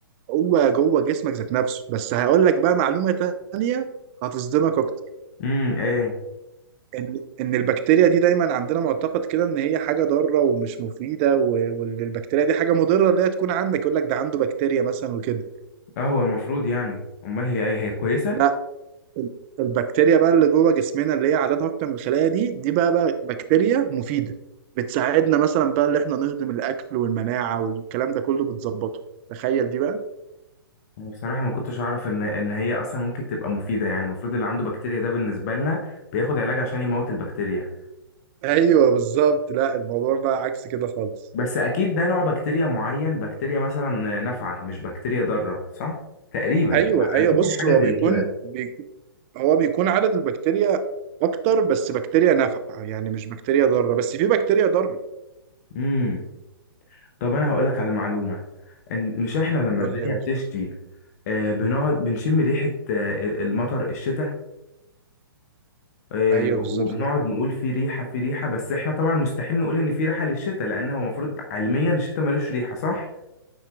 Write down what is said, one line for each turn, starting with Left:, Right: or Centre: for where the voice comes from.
Right: هو جوه جسمك ذات نفسه بس هقول لك بقى معلومة تانية هتصدمك اكتر
Left: امم ايه
Right: ان ان البكتيريا دي دايما عندنا معتقد كده ان هي حاجه ضاره ومش مفيده و- وان البكتيريا دي حاجه مضره اللي هي تكون عندك يقول لك ده عنده بكتيريا مثلا وكده
Left: اه هو المفروض يعني امال هي ايه هي كويسه
Right: لا البكتيريا بقى اللي جوه جسمنا اللي هي عددها اكتر من الخلايا دي دي بقى, بقى بكتيريا مفيده بتساعدنا مثلا بقى اللي احنا نهضم الاكل والمناعه والكلام ده كله بتظبطه تخيل دي بقى
Left: انا بصراحه ما كنتش اعرف ان ان هي اصلا ممكن تبقى مفيده يعني المفروض اللي عنده بكتيريا ده بالنسبه لنا بياخد علاج عشان يموت البكتيريا
Right: ايوه بالظبط لا الموضوع بقى عكس كده خالص
Left: بس اكيد ده نوع بكتيريا معين بكتيريا مثلا نافعه مش بكتيريا ضاره صح تقريبا انا
Right: ايوه ايوه
Left: أنا فاكر
Right: بص
Left: حاجه
Right: هو
Left: زي
Right: بيكون
Left: كده
Right: بي... هو بيكون عدد البكتيريا اكتر بس بكتيريا نافعه يعني مش بكتيريا ضاره بس في بكتيريا ضاره
Left: امم طب انا هقول لك على معلومه إن- مش احنا لما
Right: قول
Left: الدنيا
Right: لي يا باشا
Left: بتشتي آه، بنقعد بنشم ريحه آه، المطر الشتاء آه،
Right: ايوه
Left: وبنقعد
Right: بالظبط دي حقيقة
Left: نقول في ريحة في ريحة بس احنا طبعا مستحيل نقول ان في ريحة للشتاء لان هو المفروض علميا الشتاء ملوش ريحة صح